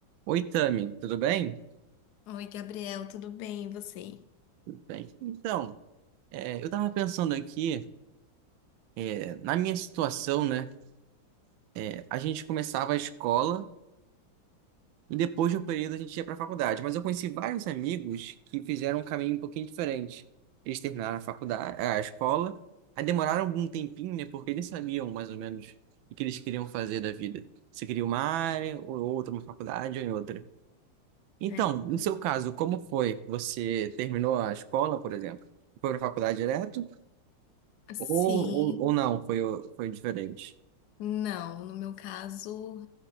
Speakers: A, on the right (about 80°); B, on the left (about 75°).
A: Oi, Tami, tudo bem?
B: Oi, Gabriel, tudo bem? E você?
A: Tudo bem. Então, é, eu tava pensando aqui, é, na minha situação, né? é, A gente começava a escola e depois de um período a gente ia pra faculdade, mas eu conheci vários amigos que fizeram um caminho um pouquinho diferente. Eles terminaram a faculdade, a escola, aí demoraram algum tempinho, né? Porque eles sabiam mais ou menos o que eles queriam fazer da vida. Se queria uma área ou outra, uma faculdade ou em outra. Então,
B: É.
A: no
B: então,
A: seu caso, como foi? Você terminou a escola, por exemplo? Foi pra faculdade direto?
B: Sim,
A: Ou, ou, ou não, foi, o- foi diferente.
B: não. No meu caso,